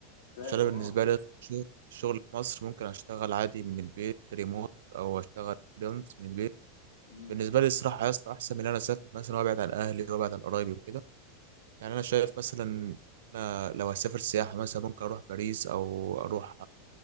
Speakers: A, on the left; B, on the right.
A: فاهم
B: عشان انا
A: اه
B: بالنسبه لي يا اسطى الشغل الشغل في مصر ممكن اشتغل عادي من البيت ريموت او اشتغل فريلانس من البيت
A: امم
B: بالنسبه لي الصراحه يا اسطى احسن من ان انا اسافر مثلا وابعد عن اهلي وابعد عن قرايبي وكده يعني انا شايف
A: تمام
B: مثلا أنا لو هسافر سياحه مثلا ممكن اروح باريس او اروح